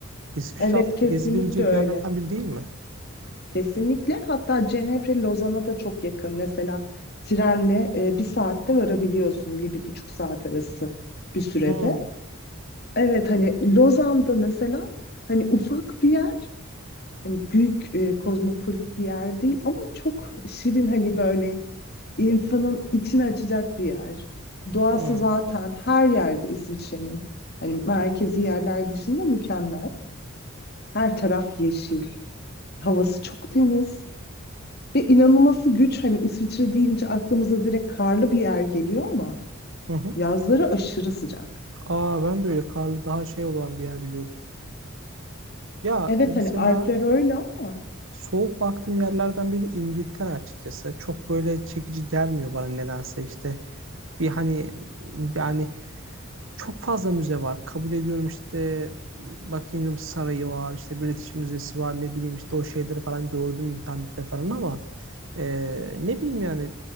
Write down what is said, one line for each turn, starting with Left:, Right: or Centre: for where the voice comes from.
Right: İsviçre
Left: Evet
Right: aslında
Left: kesinlikle
Right: gezilebilecek
Left: öyle.
Right: yerlerden biri değil mi?
Left: Kesinlikle hatta Cenevre Lozan'a da çok yakın. Mesela trenle e, bir saatte varabiliyorsun bir, bir buçuk saat arası bir sürede.
Right: Hı,
Left: Evet hani Lozan'da mesela hani ufak bir yer hani büyük e, kozmopolit bir yer değil ama çok şirin hani böyle insanın içini açacak bir yer. Doğası
Right: hı,
Left: zaten her yerde İsviçre'nin hani merkezi yerler dışında mükemmel. Her taraf yeşil, havası çok temiz ve inanılması güç hani İsviçre deyince aklımıza direkt karlı bir yer geliyor ama
Right: hı hı.
Left: yazları aşırı sıcak.
Right: Aa ben de öyle karlı daha şey olan bir yer biliyordum. Ya
Left: Evet
Right: mesela
Left: hani Alpler öyle ama
Right: soğuk baktığım yerlerden biri İngiltere açıkçası. Çok böyle çekici gelmiyor bana nedense işte. Bir hani yani çok fazla müze var. Kabul ediyorum işte Buckingham Sarayı var, işte British Müzesi var, ne bileyim işte o şeyleri falan gördüm internette falan ama Ee, ne bileyim yani